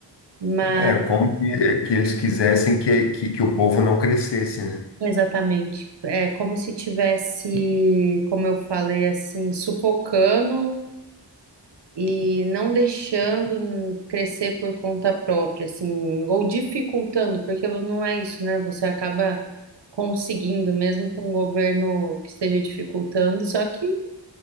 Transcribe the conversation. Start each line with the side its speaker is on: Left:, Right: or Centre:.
Right: mas
Left: É como que, que eles quisessem que, que, que o povo não crescesse, né?
Right: exatamente. É como se tivesse, como eu falei assim, sufocando e não deixando hum, crescer por conta própria, assim, ou dificultando, porque não é isso, né? Você acaba conseguindo, mesmo com o governo que esteja dificultando, só que